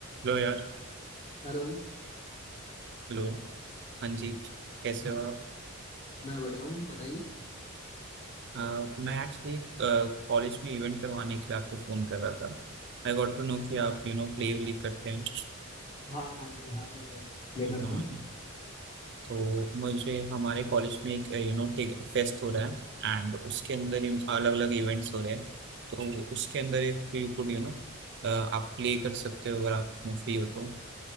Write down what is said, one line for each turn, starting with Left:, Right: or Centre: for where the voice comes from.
Right: Hello यार
Left: Hello
Right: Hello हाँ जी कैसे
Left: अच्छा
Right: हो आप
Left: मैं बढ़िया हूँ बताइए
Right: अ, मैं एक्चुअली कॉलेज में इवेंट करवाने के लिए आपको फ़ोन कर रहा था आई गॉट टू नो कि आप यू नो प्ले व्ले करते हैं
Left: हाँ हाँ जी हाँ मैं अब प्ले
Right: हाँ
Left: करता हूँ
Right: तो मुझे हमारे कॉलेज में एक यू नो फेस्ट हो रहा है एंड उसके अंदर अलग अलग इवेंट्स हो रहे हैं तो उसके अंदर एक यू कुड यू नो आप प्ले कर सकते हो अगर आप फ्री हो तो